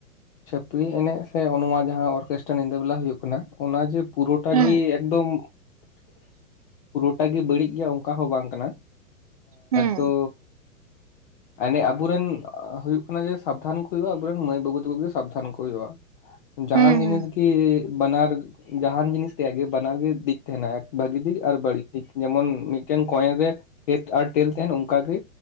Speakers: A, on the left (about 40°); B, on the right (about 25°).
A: ᱪᱷᱟᱹᱯᱨᱤ ᱮᱱᱮᱡ ᱥᱮ ᱱᱚᱣᱟ ᱡᱟᱦᱟᱸ ᱚᱨᱠᱮᱥᱴᱨᱟ ᱧᱤᱫᱟᱹ ᱵᱮᱞᱟ ᱦᱳᱭᱳᱜ ᱠᱟᱱᱟ, ᱚᱱᱟ ᱡᱮ ᱯᱩᱨᱟᱹᱴᱟ
B: ᱦᱩᱸ
A: ᱜᱮ ᱮᱠᱫᱚᱢ ᱯᱩᱨᱟᱹᱴᱟ ᱜᱮ ᱵᱟᱹᱲᱤᱡ ᱜᱮᱭᱟ ᱚᱱᱠᱟ ᱦᱚᱸ ᱵᱟᱝ ᱠᱟᱱᱟ
B: ᱦᱩᱸ
A: ᱛᱚ ᱮᱱᱮᱡ ᱟᱵᱚᱨᱮᱱ ᱦᱩᱭᱩᱜ ᱠᱟᱱᱟ ᱡᱮ ᱥᱟᱵᱫᱷᱟᱱ ᱠᱚ ᱦᱩᱭᱩᱜᱼᱟ ᱟᱵᱚᱨᱮᱱ ᱢᱟᱹᱭ ᱵᱟᱹᱵᱩ ᱛᱟᱠᱚ ᱜᱮ ᱥᱟᱵᱫᱷᱟᱱ ᱠᱚ ᱦᱩᱭᱩᱜᱼᱟ᱾ ᱡᱟᱦᱟᱱ
B: ᱦᱩᱸ
A: ᱡᱤᱱᱤᱥ ᱠᱤ ᱵᱟᱱᱟᱨ ᱡᱟᱸᱦᱟᱱ ᱡᱤᱱᱤᱥ ᱛᱮᱭᱟᱜ ᱜᱮ ᱵᱟᱱᱟᱨ ᱜᱮ ᱫᱤᱠ ᱛᱟᱦᱮᱱᱟ ᱮᱠ ᱵᱷᱟᱜᱤ ᱫᱤᱠ ᱟᱨ ᱵᱟᱹᱲᱤᱡ ᱫᱤᱠ ᱡᱮᱢᱚᱱ ᱢᱤᱫᱴᱮᱱ ᱠᱚᱭᱮᱱ ᱨᱮ, ᱦᱮᱰ ᱟᱨ ᱴᱮᱞ ᱛᱟᱦᱮᱱ ᱚᱱᱠᱟᱟᱜ ᱜᱮ